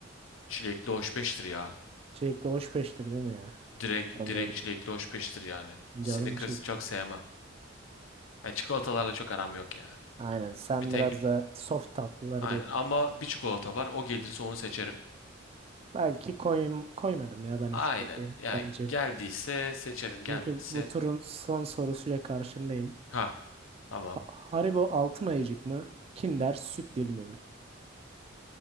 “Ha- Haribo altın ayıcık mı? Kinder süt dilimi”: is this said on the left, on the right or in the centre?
Right